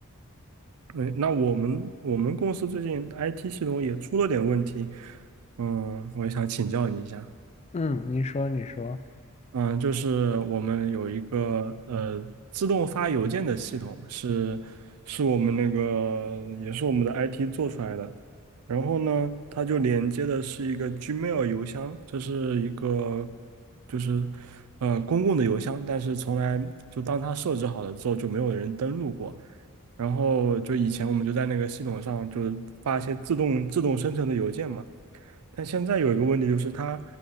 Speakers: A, on the right; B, on the left.
A: 嗯，那我们我们公司最近 IT 系统也出了点问题，嗯，我也想请教你一下。
B: 嗯，你说你说
A: 嗯，就是我们有一个呃自动发邮件的系统，是是我们那个也是我们的 IT 做出来的。然后呢，它就连接的是一个 Gmail 邮箱，这是一个就是呃公共的邮箱，但是从来就当它设置好了之后就没有人登录过。然后就以前我们就在那个系统上就是发一些自动自动生成的邮件嘛。但现在有一个问题就是它，